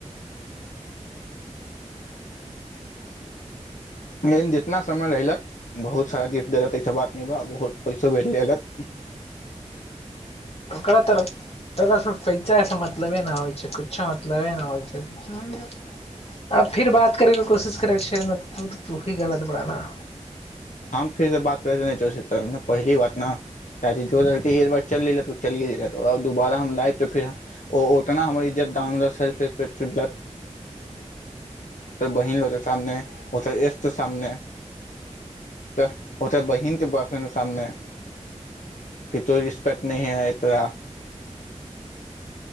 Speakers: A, on the left; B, on the left.
A: लेकिन जितना समय रहलत बहुत सारा गिफ्ट देलत एहिसँ बात नहि बा बहुत पैसो भेट लेलत
B: ओकरात तरफ मतलबे नहि होइ छै कुछो मतलबे नहि होइ छै आब फिर बात करेके कोशिश करै छ तू गलत बड़ाना
A: हम फेर बात नई करय चाहे छ ओकरा से पहली बात न काहे की जो लड़की एक बेर चल गेलय चलिये गेलय दुबारा हम लाइफ़ मे फेर ओतना हमर इज्जत डाउन होला सेल्फरेस्पेक्ट ओकरा बहिनो के सामने गेस्ट के सामने त ओतऽ बहिन त बॉयफ्रैंड के सामने कि तोरा रिस्पेक्ट न है तोरा